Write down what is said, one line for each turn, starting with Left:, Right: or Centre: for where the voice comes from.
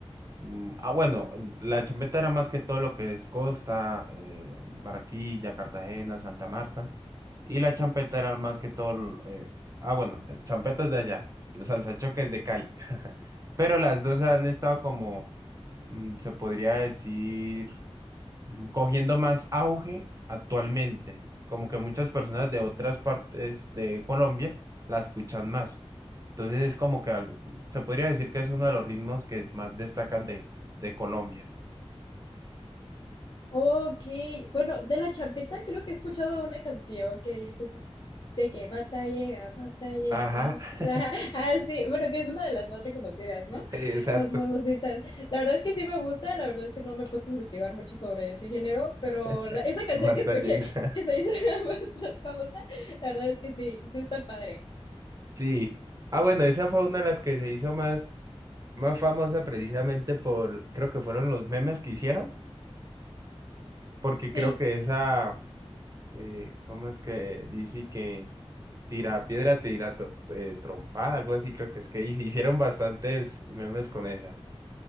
Right: Mm, Ah, bueno, la champeta era más que todo lo que es Costa, eh, Barranquilla, Cartagena, Santa Marta. Y la champeta era más que todo. eh, ah, bueno, champetas de allá. Los salsachoques de Cali. <laughs> Pero las dos han estado como, mm, se podría decir mm, cogiendo más auge actualmente. Como que muchas personas de otras partes de Colombia la escuchan más. Entonces es como que al- se podría decir que es uno de los ritmos que más destacan de, de Colombia.
Left: Ok, bueno, de La Champeta creo que he escuchado una canción que dice de que mata, llega, mata, llega,
Right: Ajá,
Left: que
Right: <laughs>
Left: ya- <laughs> ah, ah, sí, bueno, que es una de las más reconocidas, ¿no?
Right: exacto.
Left: Más famositas. La verdad es que sí me gusta, la verdad es que no me he puesto a investigar mucho sobre ese género, pero
Right: <laughs>
Left: la- esa canción
Right: Marta
Left: que escuché
Right: llega.
Left: que, que se dice <laughs> más, más famosa, la verdad es que sí, sí está padre.
Right: Sí. Ah, bueno, esa fue una de las que se hizo más, más famosa precisamente por, creo que fueron los memes que hicieron, porque creo
Left: Sí,
Right: que esa, eh, ¿cómo es que dice que? Tira piedra, tira to- eh, trompa, algo así creo que es que hice- hicieron bastantes memes con esa.